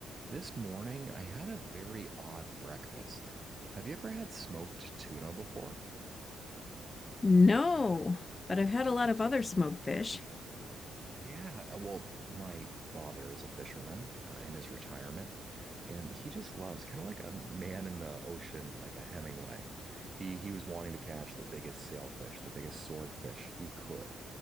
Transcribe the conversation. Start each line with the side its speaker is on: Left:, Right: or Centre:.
Right: This morning, I had a very odd breakfast. Have you ever had smoked tuna before?
Left: No, but I've had a lot of other smoked fish.
Right: Yeah, uh, well, my father is a fisherman uh, in his retirement, and he just loves kind of like a man in the ocean, like a Hemingway. He he was wanting to catch the biggest sailfish, the biggest swordfish he could,